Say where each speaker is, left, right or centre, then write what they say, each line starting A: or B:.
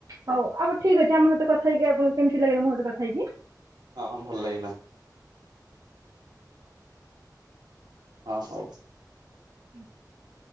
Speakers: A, on the right (about 55°); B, on the right (about 75°).
A: ହଉ ଆଉ ଠିକ ଅଛି। ଆମ ସହିତ କଥା ହେଇକି ଆପଣଙ୍କୁ କେମିତି ଲାଗିଲା ମୋ ସହିତ କଥା ହେଇକି?
B: ହଁ ଭଲ ଲାଗିଲା। ହଁ ହଉ।
A: ହୁଁ <unintelligible>